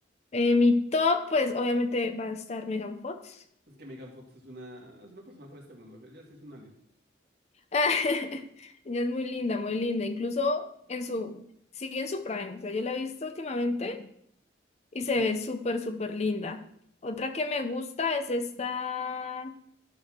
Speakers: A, on the left; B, on the right.
A: Eh, mi top, pues obviamente va a estar Megan Fox.
B: Es que Megan Fox es una, es una persona fuera de este mundo. Ella sí es un alien.
A: <laughs> Ella es muy linda, muy linda. Incluso en su, sigue en su prime. O sea, yo la he visto últimamente y se
B: Sí.
A: ve súper, súper linda. Otra que me gusta es esta,